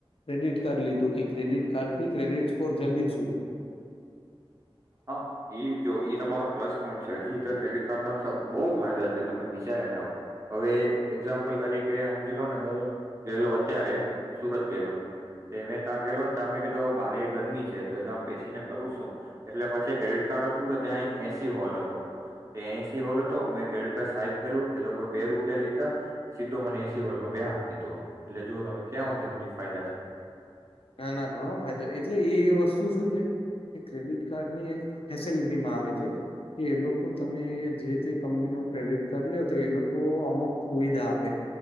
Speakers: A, on the left (about 75°); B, on the right (about 35°).
A: ક્રેડિટ કાર્ડ લીધું કે ક્રેડિટ કાર્ડ થી ક્રેડિટ સ્કોર જલ્દી સુધરે.
B: <unintelligible> <unintelligible> એટલે પછી ક્રેડિટ કાર્ડ હતું તો ત્યાં એક એસી હોલ હતો. એ એસી હોલ હતો, મેં ક્રેડિટ કાર્ડ સાઈપ કર્યું એ લોકો બે રૂપિયા લીધા સીધો મને એસી હોલમાં બેહાડ દીધો એટલે જુઓ તમે ક્યાંંધે ઊંધી ફાયદા છે.
A: ના ના ઘણો ફાયદો. એટલે એ વસ્તુ શું છે એ ક્રેડિટ કાર્ડ ની એક ફેસિલિટીમાં આવે છે. કે એ લોકો તમે જે તે કંપની ન ક્રેડિટ કાર્ડ લ તો એ લોકો અમુક સુવિધા આપે